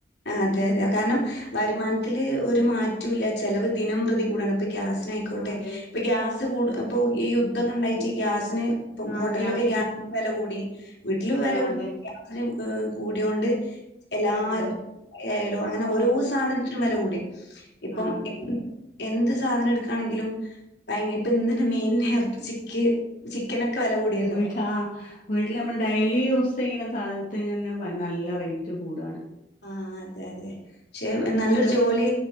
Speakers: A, on the left (about 70°); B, on the left (about 50°).
A: അതെ അതെ കാരണം വരുമാനത്തില് ഒരു മാറ്റവില്ല ചിലവ് ദിനംപ്രതി കൂടാണ് പ്പി ഗ്യാസിനായിക്കോട്ടെ
B: ആഹ് അതെ
A: ഇപ്പൊ ഗ്യാസ് കൂട് ഇപ്പൊ ഈ യുദ്ധൊക്കെ ഉണ്ടായിട്ട് ഗ്യാസിന് ഇപ്പം
B: ആഹ്
A: ഹോട്ടലിലൊക്കെ
B: ഗ്യാസ്
A: ഗ്യാസിന് വില കൂടി വീട്ടിൽ വില
B: ആഹ്
A: കൂടി
B: അതെ
A: അതിന് ഏ കൂടിയോണ്ട് എല്ലാ
B: ആഹ്
A: യാലോ അങ്ങനെ ഓരോ സാധനത്തിനും വില കൂടി ഇപ്പം
B: ആഹ് അതെ
A: എന്ത് സാധനം എടുക്കുകയാണെങ്കിലും ഭയങ്കര ഇപ്പ എന്ന്ന മീൻറച്ചിക്ക് ചിക്കനി. ക്കെ വില കൂടിയല്ലോ
B: ആ ആാ <unintelligible> വീട്ടിൽ നമ്മൾ ഡെയിലി യൂസ് ചെയ്യുന്ന സാധനത്തിങ്ങനെ നല്ല റേറ്റ് കൂടയാണ്
A: ആ അതെ അതെ പക്ഷെ നല്ലൊരു
B: ഇപ്പ
A: ജോലി